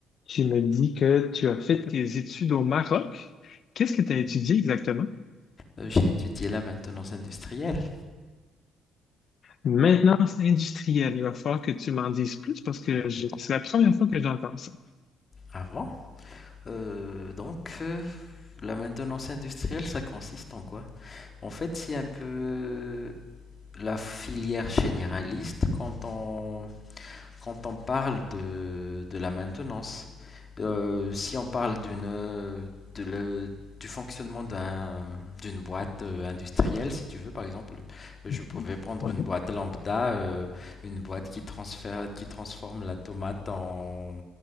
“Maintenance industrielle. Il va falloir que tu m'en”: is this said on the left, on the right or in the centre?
Left